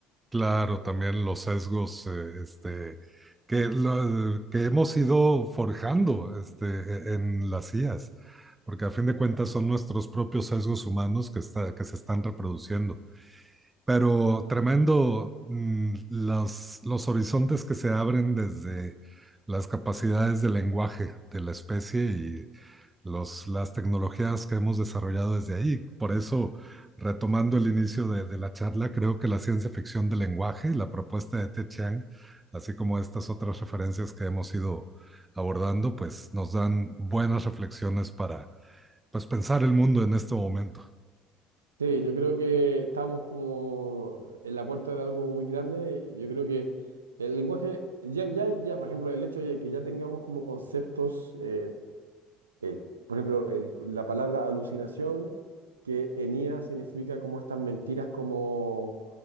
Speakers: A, on the right; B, on the right.
A: claro, también los sesgos eh, este, que, lo- que hemos ido forjando este, e- en las IAs, porque a fin de cuentas son nuestros propios sesgos humanos que, está, que se están reproduciendo. Pero tremendo mm, los, los horizontes que se abren desde las capacidades de lenguaje de la especie y los, las tecnologías que hemos desarrollado desde ahí. Por eso, retomando el inicio de, de la charla, creo que la ciencia ficción del lenguaje, la propuesta de Te Chiang, así como estas otras referencias que hemos ido abordando, pues nos dan buenas reflexiones para pues, pensar el mundo en este momento.
B: Sí, yo creo que estamos como en la puerta de algo muy grande. Yo creo que el lenguaje, ya, ya, ya, por ejemplo, el hecho de que ya tengamos como conceptos eh, eh, por ejemplo, el- la palabra alucinación, que enía significa como estas mentiras, como